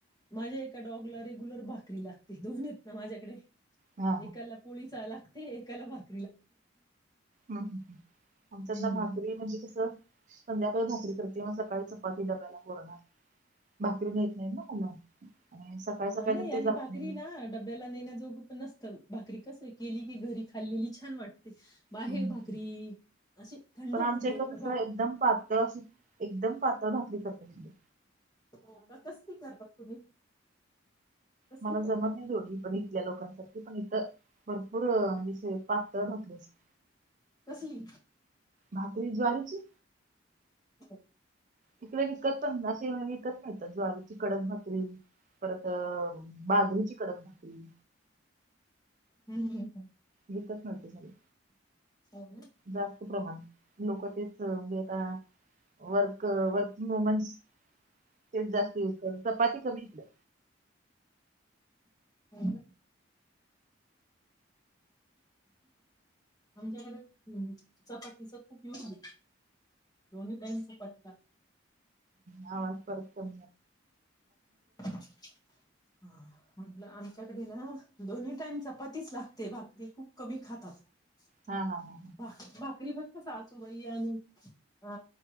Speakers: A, on the left; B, on the right.
A: माझ्या एका डॉगला रेगुलर भाकरी लागते दोन आहेत ना माझ्याकडे
B: हा
A: एकाला पोळीचा लागते एकाला भाकरी लागते.
B: ह आमच्यातना
A: हम्म
B: भाकरी म्हणजे कसं संध्याकाळी भाकरी करते म सकाळी चपाती डब्याला पोरांना भाकरी न नाही ना मला आणि सकाळ
A: अ,
B: सकाळ
A: नाही
B: तर
A: आणि
B: ते जात
A: भाकरी
B: नाही.
A: ना डब्याला नेण्याजोग पण नसत भाकरी कस केली की घरी खाल्लेली छान वाटते. बाहेर
B: हम्म.
A: भाकरी असे थंड
B: पण
A: होऊन
B: आमच्या
A: गेले
B: इकडं
A: बाबा.
B: कसं एकदम पा तर अ एकदम पातळ भाातली करते म्हणे.
A: हो का कसली करतात तुम्ही. कसली
B: मला
A: करता?
B: जमत नाही जडीली पण इथल्या लोकांसाठी पण इथ भरपूर. इथे पातळ भाकरी असते
A: कसली?
B: भाकरी ज्वारीची.
A: हो
B: तिकडे विकत पण नाव विकत नाहीत ज्वारीची कडक भात्री परत मांजरीची कडक घातली.
A: हम् ह हम.
B: विकत मिते झाले
A: हो ना,
B: जास्त प्रमाण लोक. वगैर वर्क वर्किंग मुमेंट्स तेच जास्त होत चपाती कमीेतलं
A: हो आमच्याकडे चपातीच खूप युग आहे दोन्ही टाम्सपात का
B: ह् आवाज परत क
A: <inaudible> ह म्हटलं आमच्याकडे ना दोन्ही टाइम चपातीच लागते भाकरी खूप कमी खातात
B: हा हा हा
A: बा भाकरी फक् सासूबाई आणि अ